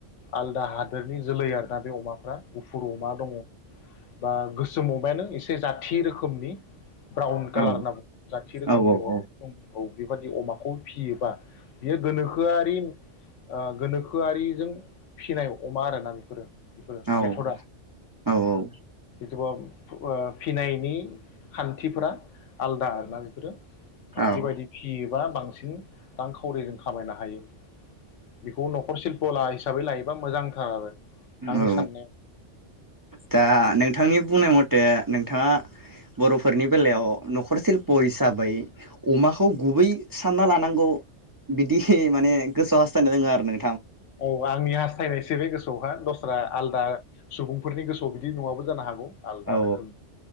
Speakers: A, on the left; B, on the right.
A: आलदा हादोरनि जोलै आरोना बे अमाफ्रा गुफुर अमा दङ बा गोसोम अमायानो एसे जाथि रोखोमनि ब्राउन कालार
B: औ
A: होनना बुङ जाथि
B: औ
A: रोखोमनि अमाफोर दं औ बेबादि अमाखौ फियोबा बियो गोनोखोआरि ओ गोनोखोआरिजों फिसिनाय अमा आरोना बेफोरो बेफोरो
B: औ
A: मेथडआ
B: औ औ
A: फिनायनि खान्थिफोरा आलादा आरोना बेफोरो
B: औ
A: बेबायदि
B: औ
A: फियो एबा बांसिन रांखावरि जों खामायनो हायो बेखौ न'खरशिल्पआव लासै हिसाबै लायोबा मोजांथार आरो आंनि
B: औ
A: साननायाव
B: दा
A: औ
B: नोंथांनि बुंनाय मथे नोंथाङा बर'फोरनि बेलायाव न'खर सिल्प हिसाबै अमाखौ गुबै सानना लानांगौ बिदि माने गोसोआव हास्थायना दोङो आरो न
A: औ आंनि हास्थायनायसै बे गोसोआवहा दस आलदा सुबुंफोरनि गोसोआव स' बिदि नङाबो जानो हागौ आलदा
B: औ
A: रोखोम